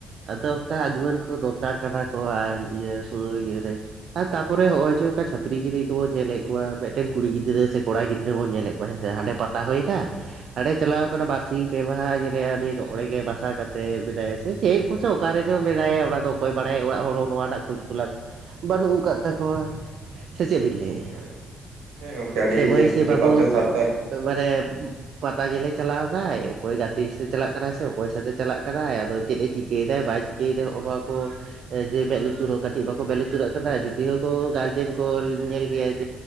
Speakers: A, on the right; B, on the right.
A: ᱟᱫᱚ ᱚᱠᱟ ᱟᱜᱩᱣᱟᱹᱱ ᱠᱚ ᱫᱚᱨᱠᱟᱨ ᱠᱟᱱᱟ ᱠᱚ ᱟᱨ ᱤᱭᱟᱹ ᱥᱩᱭ ᱤᱭᱟᱹ ᱨᱮ ᱟᱨ ᱛᱟᱯᱚᱨᱮ ᱚᱜ ᱚᱭ ᱡᱮ ᱠᱟ ᱪᱷᱟᱯᱨᱤ ᱜᱤᱨᱤ ᱠᱚᱵᱚᱱ ᱧᱮᱞᱮᱜ ᱠᱚᱣᱟ ᱢᱤᱫᱴᱮᱱ ᱠᱩᱲᱤ ᱜᱤᱫᱽᱨᱟᱹ ᱥᱮ ᱠᱚᱲᱟ ᱜᱤᱫᱽᱨᱟᱹ ᱵᱚᱱ ᱧᱮᱞᱮᱜ ᱦᱮᱸ ᱥᱮ ᱦᱟᱸᱰᱮ ᱯᱟᱛᱟ ᱦᱳᱭᱱᱟ ᱦᱟᱸᱰᱮ ᱪᱟᱞᱟᱣ ᱠᱟᱱᱟ ᱵᱟᱨᱥᱤᱧ ᱯᱮ ᱢᱟᱦᱟ ᱧᱮᱞᱮᱭᱟ ᱵᱤᱱ ᱚᱸᱲᱮ ᱜᱮ ᱵᱟᱥᱟ ᱠᱟᱛᱮ ᱢᱮᱱᱟᱭᱟ ᱥᱮ ᱪᱮᱜ ᱠᱚᱪᱚ ᱚᱠᱟᱨᱮ ᱪᱚ ᱢᱮᱱᱟᱭᱟ ᱚᱱᱟ ᱫᱚ ᱚᱠᱚᱭ ᱵᱟᱲᱟᱭᱟ ᱚᱲᱟᱜ ᱦᱚᱲ ᱦᱚᱸ ᱱᱚᱣᱟ ᱨᱮᱱᱟᱜ ᱠᱷᱳᱡ ᱛᱚᱞᱟᱥ ᱵᱟᱹᱱᱩᱜ ᱟᱠᱟᱫ ᱛᱟᱠᱚᱣᱟ ᱥᱮ ᱪᱮᱜ ᱵᱤᱱ ᱞᱟᱹᱭ
B: ᱦᱮᱸ
A: ᱮᱜᱟ
B: ᱦᱮᱸ ᱜᱚᱝᱠᱮ ᱟᱹᱰᱤ
A: ᱥᱮ ᱢᱟᱹᱭ ᱥᱮ ᱵᱟᱵᱩ?
B: ᱡᱚᱛᱷᱟᱛ ᱡᱚᱛᱷᱟᱛ
A: ᱢᱟᱱᱮ ᱯᱟᱛᱟ ᱧᱮᱞᱮ ᱪᱟᱞᱟᱣᱱᱟᱭ ᱚᱠᱚᱭ ᱜᱟᱛᱮ ᱥᱮ ᱪᱟᱞᱟᱜ ᱠᱟᱱᱟᱭ ᱥᱮ ᱚᱠᱚᱭ ᱥᱟᱶᱛᱮ ᱪᱟᱞᱟᱜ ᱠᱟᱱᱟᱭ ᱟᱫᱚ ᱪᱮᱫ ᱮ ᱪᱤᱠᱟᱹᱭᱫᱟᱭ ᱵᱟᱭ ᱪᱤᱠᱟᱹᱭᱫᱟᱭ ᱦᱚᱜᱼᱚ ᱱᱚᱣᱟ ᱠᱚ ᱡᱮ ᱢᱮᱸᱫ ᱞᱩᱛᱩᱨ ᱦᱚᱸ ᱠᱟᱴᱤᱡ ᱵᱟᱠᱚ ᱢᱮᱸᱫ ᱞᱩᱛᱩᱨᱟᱜ ᱠᱟᱱᱟ ᱡᱩᱫᱤᱣ ᱠᱚ ᱜᱟᱨᱡᱮᱱ ᱠᱚ ᱧᱮᱞ ᱜᱮᱭᱟ ᱡᱮᱼᱼ